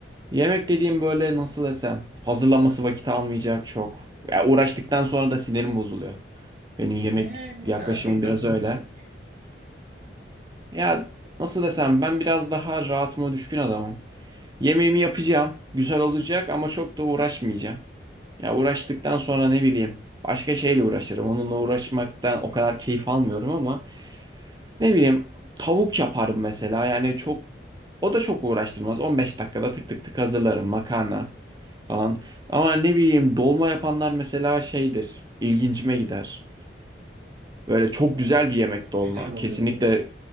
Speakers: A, on the right; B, on the right.
A: yemek dediğim böyle nasıl desem hazırlanması vakit almayacak çok. Ya uğraştıktan sonra da sinirim bozuluyor. Benim yemek
B: Yani
A: yaklaşımım
B: sana pek katılmıyorum.
A: biraz öyle. Ya nasıl desem ben biraz daha rahatıma düşkün adamım. Yemeğimi yapacağım. Güzel olacak ama çok da uğraşmayacağım. Ya uğraştıktan sonra ne bileyim başka şeyle uğraşırım. Onunla uğraşmaktan o kadar keyif almıyorum ama ne bileyim tavuk yaparım mesela. Yani çok o da çok uğraştırmaz. 15 dakikada tık tık tık hazırlarım makarna falan. Ama ne bileyim dolma yapanlar mesela şeydir. İlgincime gider. Böyle çok
B: Ama
A: güzel bir yemek
B: çok
A: dolma.
B: güzel oluyor
A: Kesinlikle
B: ya.